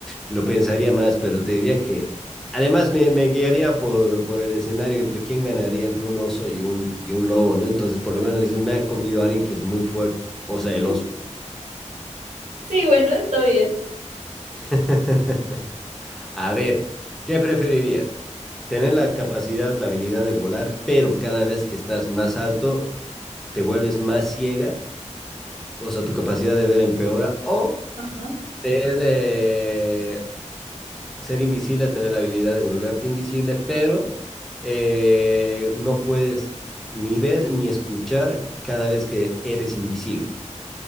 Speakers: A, in the centre; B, on the right.
A: lo pensaría más, pero te diría que además me, me guiaría por, por el escenario entre quién ganaría entre un oso y un, y un lobo, ¿no? Entonces, por lo menos dices, me ha comido alguien que es muy fuerte, o sea,
B: <laughs>
A: el oso.
B: Sí, bueno, está bien.
A: <laughs> A ver, ¿qué preferirías? Tener la capacidad, la habilidad de volar, pero cada vez que estás más alto, te vuelves más ciega, o sea, tu capacidad de ver empeora, o
B: Ajá.
A: ser eh, ser invisible, tener la habilidad de volverte invisible, pero eh, no puedes ni ver ni escuchar cada vez que eres invisible.